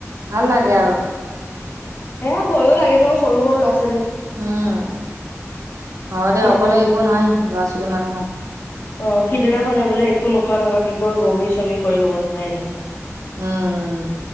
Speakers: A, on the right; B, on the left.
A: ভাল লাগে আৰু।
B: এ, ভয়ো লাগে ন সৰু, সৰু ল'ৰা ছো
A: উম, হ‌য় দে,
B: সিদিনা
A: অকলে এৰিব নোৱাৰি লৰা ছো মানুহক
B: অ, সিদিনাখনেই বোলে একো নোখোৱা নোলোৱাকে কৈ বমি চমি কৰি অৱস্থাই নাই
A: উম